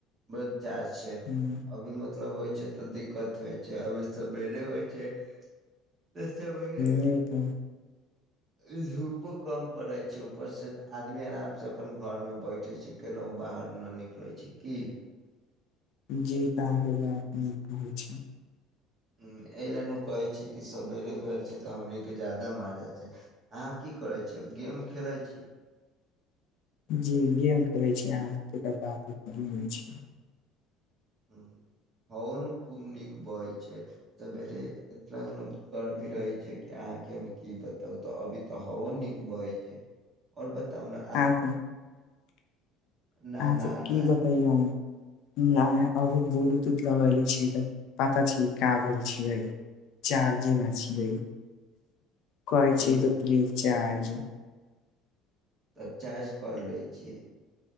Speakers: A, on the right; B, on the left.
A: बट चार्ज छैय।
B: हूँ।
A: अभी मतलब होइ छैय तऽ दिक्कत होइ छैय अभी सवेरे होइ छैय। तऽ सवेरे।
B: जी तऽ
A: इ धूपो कम पड़ै छैय ऊपर से आदमी आराम सँ अपन घोरमे बैठे छैय केनाहु बाहर न निकलै छैय की?
B: जी तऽ अहाँके बात नीक कहै छीय।
A: उम एहि लए नु कहै छैय कि सबेरे भेल छैय तऽ हमनी के ज्यादा माजा छैय। अहाँ की करै छियै गेम खेलै छी।
B: जी गेम खेलै छी अहाँके बात करी रहल छी।
A: हुँ हवो नय खूब नीक बहै छैय। सवेरे इतना न गर्मी रहै छैय कि अहाँके हम की बताउ त अभी त हवो नीक बहै छैय। और बताउ न।
B: आ सब,
A: ना
B: आ सब
A: ना
B: की
A: ना
B: बतइयए हम। आइ अभी ब्लूटूथ लगैले छियै त पता छी का भेल छियै। चार्जे न छियै, कहय
A: उ
B: छैय त प्लीज चार्ज।
A: त चार्ज कर लै छी